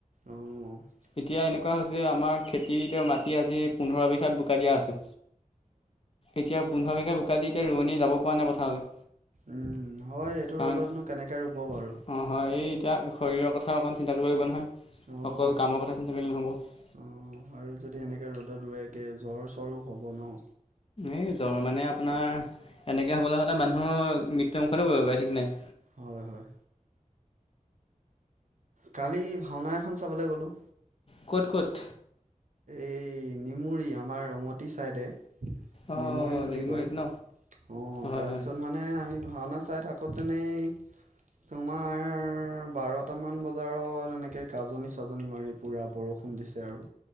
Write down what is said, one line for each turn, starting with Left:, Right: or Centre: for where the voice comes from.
Right: অ' অ'।
Left: এতিয়া এনেকুৱা হৈছ যে আমাৰ খেতিতে মাটি আজি পোন্ধৰ বিঘা বোকাই দিয়া আছে। এতিয়া পোন্ধৰ বিঘা বোকা দি এতিয়া ৰোৱনী যাব পৰা নাই পথাৰলৈ,
Right: উম হয় এইটো
Left: কাৰণ
Right: ৰ'দতনো কেনেকৈ ৰুব বাৰু
Left: অ' হয় এই এতিয়া শৰীৰৰ কথা অকণ চিন্তা কৰিব লাগিব নহয়।
Right: অ'
Left: অকল কামৰ কথা চিন্তা কৰিলে নহ'ব।
Right: অ' আৰু যদি <unintelligible> জ্বৰ চৰো হ'ব ন'।
Left: এই জ্বৰ মানে আপোনাৰ, এনেকে হ'বলৈ হ'লে মানুহৰ মৃত্যু মুুখতো পৰিব পাৰে ঠিক নাই।
Right: হয় হয়। কালি ভাওনা এখন চাবলৈ গ'লোঁ।
Left: ক'ত ক'ত?
Right: এই নিমুৰি আমাৰ ৰঙতি চাইডে।
Left: অঁ
Right: নিমুৰি বুলি
Left: নিৰিংগুৰিত
Right: কয়,
Left: ন
Right: অ'
Left: হয়
Right: তাৰপিছত
Left: হয়
Right: মানে আমি ভাওনা চাই থাকোঁতেনেই তোমাৰ বাৰটা মান বজাৰত এনেকে গাজনি চাজনি মাৰি পুৰা বৰষু <unintelligible> দিছে আৰু।